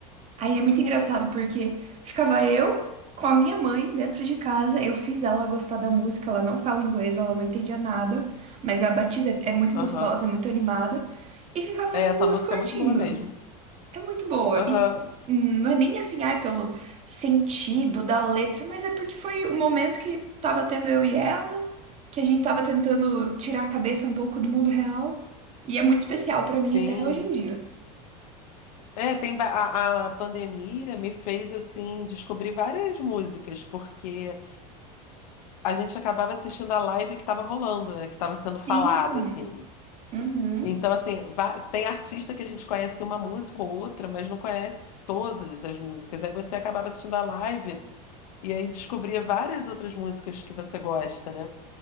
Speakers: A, on the right; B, on the left.
A: Aí é muito engraçado, porque ficava eu com a minha mãe dentro de casa, eu fiz ela gostar da música, ela não fala inglês, ela não entendia nada, mas a batida é muito
B: Aham.
A: gostosa, é muito animada, e ficavam
B: É,
A: nós
B: essa
A: duas
B: música
A: curtindo.
B: é muito boa mesmo.
A: É muito boa.
B: Aham,
A: E hum, não é nem assim, ah, é pelo sentido da letra, mas é porque foi o momento que tava tendo eu e ela, que a gente tava tentando tirar a cabeça um pouco do mundo real. E é muito especial pra
B: sim.
A: mim até hoje em dia.
B: É, tem va- a, a pandemia me fez assim descobrir várias músicas, porque a gente acabava assistindo a live que estava rolando, né? Que estava sendo falada,
A: Sim.
B: assim.
A: Uhum.
B: Então, assim, va- tem artista que a gente conhece uma música ou outra, mas não conhece todas as músicas. Aí você acabava assistindo a live e aí descobria várias outras músicas que você gosta, né?